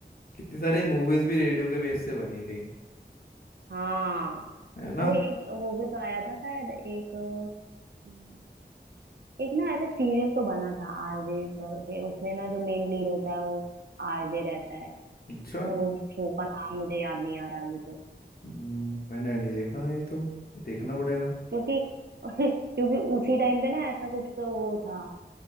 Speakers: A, on the left; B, on the right.
A: कितनी सारी मूवीज भी रेडियो के बेस से बनी थी
B: हाँ
A: है ना
B: अरे एक वो भी तो आया था शायद एक अम, एक ना ऐसे सीरियल तो बना था आरजे करके उसमें ना जो मेन लीड होता है वो आरजे रहता है
A: अच्छा
B: वो शो का नाम मुझे याद नहीं आ रहा अभी तो
A: हम्म, मैंने नहीं देखा ये तो देखना पड़ेगा
B: क्योंकि <laughs> क्योंकि उसी टाइम पे ना ऐसा कुछ तो वो था